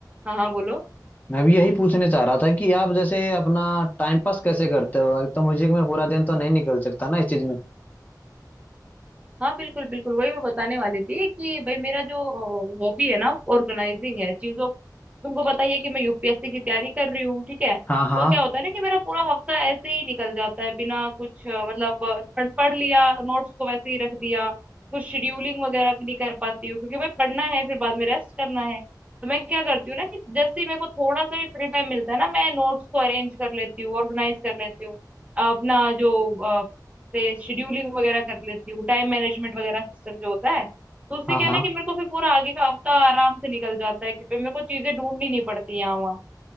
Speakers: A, on the right (about 20°); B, on the left (about 20°).
A: हाँ हाँ बोलो
B: मैं भी यही पूछने चाह रहा था कि आप जैसे अपना टाइम पास कैसे करते हो एक तो म्यूजिक में पूरा दिन तो नहीं निकल सकता ना इस चीज में
A: हाँ बिल्कुल बिल्कुल वही मैं बताने वाली थी कि भाई मेरा जो हॉबी है ना ऑर्गेनाइजिंग है चीजों तुमको पता ही है कि मैं यूपीएससी की तैयारी कर रही हूँ ठीक है
B: हाँ हाँ
A: तो क्या होता है ना कि मेरा पूरा हफ्ता ऐसे ही निकल जाता है बिना कुछ अ, मतलब अ, पढ़ पढ़ लिया नोट्स को वैसे ही रख दिया कुछ शेड्यूलिंग वगैरह नहीं कर पाती हूँ क्योंकि भाई पढ़ना है फिर बाद में रेस्ट करना है तो मैं क्या करती हूँ ना कि जैसे ही मेरे को थोड़ा सा भी फ्री टाइम मिलता है ना मैं नोट्स को अरेंज कर लेती हूँ ऑर्गेनाइज कर लेती हूँ अपना जो से शेड्यूलिंग वगैरह कर लेती हूँ टाइम मैनेजमेंट वगैरह सिस्टम जो होता है तो उससे
B: हाँ
A: क्या
B: हाँ
A: है ना कि मेरे को फिर पूरा आगे का हफ्ता आराम से निकल जाता है कि फिर मेरे को चीजें ढूंढनी नहीं पड़ती यहाँ वहाँ